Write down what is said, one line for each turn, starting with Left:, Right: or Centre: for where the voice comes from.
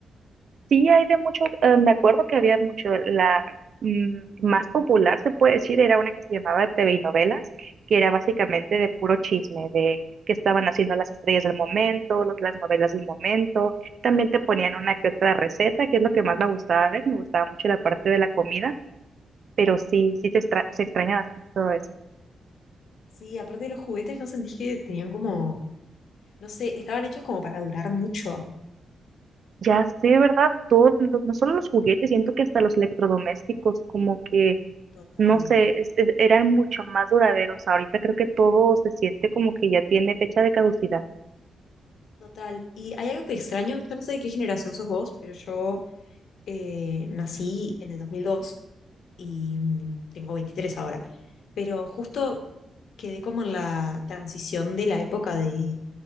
Right: Sí, hay de mucho eh, me acuerdo que había mucho, la mm, más popular se puede decir, era una que se llamaba TV y Novelas, que era básicamente de puro chisme, de qué estaban haciendo las estrellas del momento, los- las novelas del momento, también te ponían una que otra receta, que es lo que más me gustaba ver, me gustaba mucho la parte de la comida, pero sí, sí se, extra- se extraña bastante todo eso.
Left: Sí, aparte de los juguetes, no sentí que tenían como, no sé, estaban hechos como para durar mucho.
Right: Ya sé, ¿verdad? Todo, no no solo los juguetes, siento que hasta los electrodomésticos, como que
Left: Total.
Right: no sé, es- es- eran mucho más duraderos. Ahorita creo que todo se siente como que ya tiene fecha de caducidad.
Left: Total. Y hay algo que extraño, yo no sé de qué generación sos vos, pero yo eh, nací en el 2002 y mm, tengo 23 ahora, pero justo quedé como en la transición de la época de